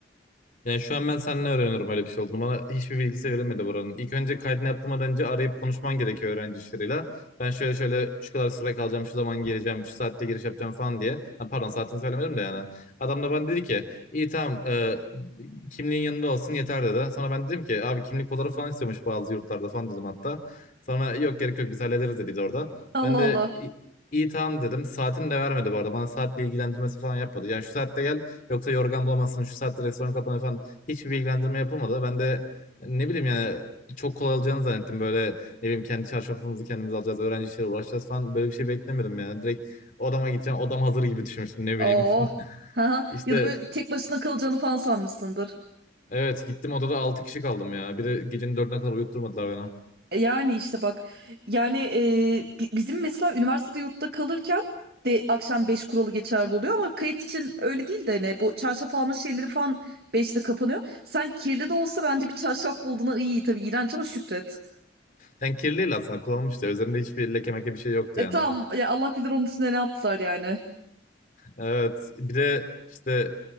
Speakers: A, on the left; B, on the right.
A: Yani şu an ben seninle öğreniyorum öyle bir şey olduğunu. Bana hiçbir bilgisi verilmedi buranın. İlk önce kaydını yaptırmadan önce arayıp konuşman gerekiyor öğrenci işleriyle. Ben şöyle şöyle şu kadar süre kalacağım, şu zaman geleceğim, şu saatte giriş yapacağım falan diye. Ha, pardon saatini söylemedim de yani. Adam da bana dedi ki iyi tamam e, kimliğin yanında olsun yeter dedi. Sonra ben dedim ki abi kimlik fotoğrafı falan istiyormuş bazı yurtlarda falan dedim hatta. Sonra yok gerek yok biz hallederiz dedi orada.
B: Allah
A: Ben de
B: Allah.
A: "İ- iyi tamam dedim. Saatini de vermedi bu arada. Bana saatle ilgilendirmesi falan yapmadı. Yani şu saatte gel Yoksa yorgan bulamazsın şu saatte restoran kapanıyor falan. Hiçbir bilgilendirme yapılmadı. Ben de ne bileyim yani çok kolay olacağını zannettim. Böyle ne bileyim kendi çarşafımızı kendimiz alacağız. Öğrenci işleriyle uğraşacağız falan. Böyle bir şey beklemedim yani. Direkt odama gideceğim. Odam hazır gibi düşünmüştüm ne
B: Oh.
A: bileyim. <laughs>
B: Ha.
A: İşte
B: Ya da böyle tek başına kalacağını falan sanmışsındır.
A: evet gittim odada altı kişi kaldım ya. Bir de gecenin dördüne kadar uyutturmadılar beni.
B: E, Yani işte bak yani e, bi- bizim mesela üniversitede yurtta kalırken de akşam 5 kuralı geçerli oluyor ama kayıt için öyle değil de ne bu çarşaf alma şeyleri falan beşte kapanıyor. Sen kirli de olsa bence bir çarşaf bulduğuna iyi tabii iğrenç ama şükret.
A: Yani kirliydi aslında kullanılmıştı. Üzerinde hiçbir leke meke bir şey yoktu
B: E
A: yani.
B: tamam ya Allah bilir onun üstüne ne yaptılar yani.
A: Evet. Bir de işte